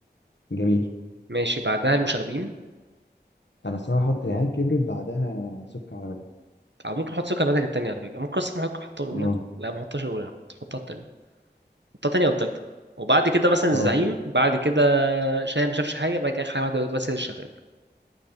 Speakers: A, on the left (about 80°); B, on the right (about 80°).
A: جميل
B: ماشي بعدها المشاغبين
A: انا الصراحه احط العيال كبرت بعدها سك على بنات
B: او ممكن احط سكر بناتك التانية على فكره ممكن اصلا ممكن احطها الاولى
A: اه
B: لا ما احطهاش الاولى احطها التانية احطها التانية او التالتة وبعد كده مثلا
A: اه
B: الزعيم بعد كده شاهد ما شافش حاجه بعد كده اخر حاجه واحده بس هي اللي شغال